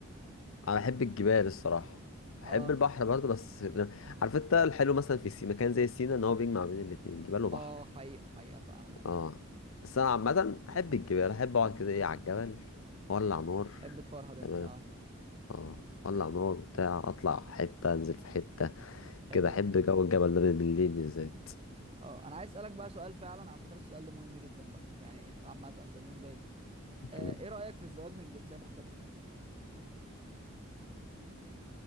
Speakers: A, on the left; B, on the right.
A: انا بحب الجبال الصراحه بحب
B: اه
A: البحر برضه بس ن- عارف انت الحلو مثلا في سي... مكان زي سينا ان هو بيجمع بين الاتنين جبال وبحر
B: اه حقيقه حقيقه فعلا ايوه
A: اه بس انا عامه احب الجبال احب اقعد كده ايه على الجبل اولع نار
B: تحب تفرهد انت
A: تمام
B: اه
A: اه اولع نار وبتاع اطلع حته انزل في حته
B: حلو
A: كده احب
B: ده
A: جو الجبل ده بالليل بالذات
B: اه انا عايز اسالك بقى سؤال فعلا على فكره السؤال ده مهم جدا بقى يعني عامه بالنسبه لي آه،
A: امم
B: ايه رايك في الزواج من جنسيه مختلفه